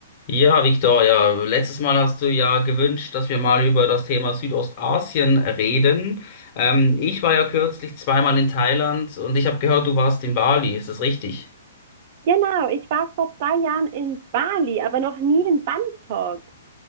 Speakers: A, on the left; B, on the right.
A: Ja, Victor, ja, letztes Mal hast du ja gewünscht, dass wir mal über das Thema Südostasien reden. Ähm, ich war ja kürzlich zweimal in Thailand und ich habe gehört, du warst in Bali. Ist das richtig?
B: Genau, ich war vor zwei Jahren in Bali, aber noch nie in Bangkok.